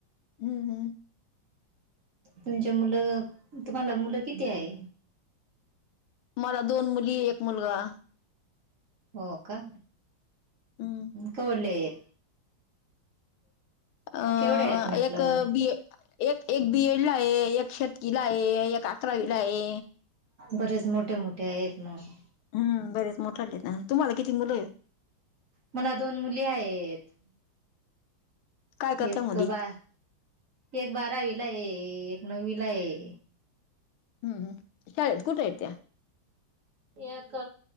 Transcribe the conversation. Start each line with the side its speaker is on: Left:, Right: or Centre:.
Left: हम्म हम्.
Right: तुमचे मुलं, तुम्हाला मुलं किती आहे?
Left: मला दोन मुली, एक मुलगा.
Right: हो का?
Left: हम्म
Right: केवढाले येत?
Left: अ
Right: केवढे आहेत म्हटलं.
Left: एक बी एक एक बी एड ला ए. एक शेतकीला आहे. एक- अकरावीला आहे
Right: बरेच मोठे मोठे आहेत मग.
Left: हम्. बरेच मोठा ललेेत. तुम्हाला किती मुलं ए?
Right: मला दोन मुली आहेत.
Left: काय करत्या
Right: एक
Left: मुली
Right: बा, एक बारावी ला आहे. एक नववी ला आहे.
Left: हम्मम. शाळेत कुठयेत त्या?
Right: एक-